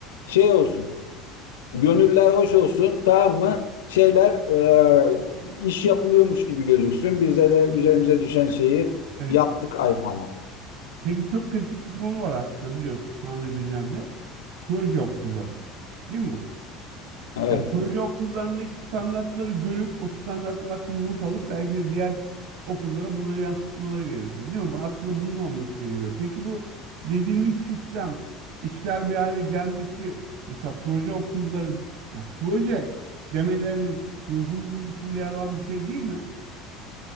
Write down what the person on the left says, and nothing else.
şey olsun, gönüller hoş olsun tamam mı? Şeyler e, iş yapılıyormuş gibi gözüksün. Bizde de üzerimize düşen şeyi
yaptık ayağına.
Evet.